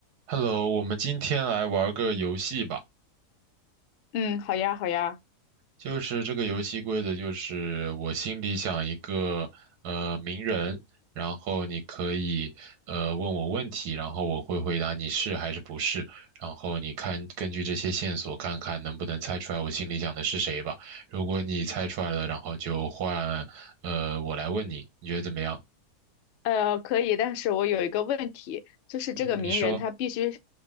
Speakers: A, on the right; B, on the left.
A: Hello，我们今天来玩个游戏吧。
B: 嗯，好呀，好呀，
A: 就是这个游戏规则就是，我心里想一个呃名人，然后你可以呃问我问题，然后我会回答你是还是不是，然后你看根据这些线索看看能不能猜出来我心里想的是谁吧。如果你猜出来了，然后就换呃我来问你，你觉得怎么样？
B: 呃，可以，但是我有一个问题，就是这个名人他必须，
A: 嗯，你说